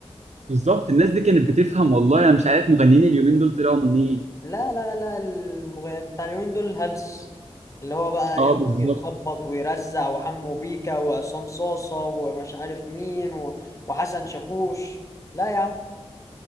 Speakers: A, on the right; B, on the left.
A: بالظبط الناس دي كانت بتفهم والله انا مش عارف مغنيين اليومين دول طلعوا منين
B: لا لا لا المغ... بتاع اليومين دول الهلس اللي هو بقى
A: اه
B: يقعد
A: بالظبط
B: يخبط ويرزع وحمو بيكا وعصام صاصة ومش عارف مين و... وحسن شاكوش لا يا عم